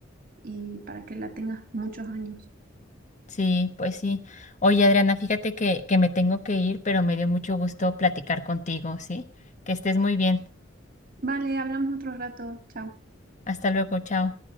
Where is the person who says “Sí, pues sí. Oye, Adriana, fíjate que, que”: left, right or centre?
Left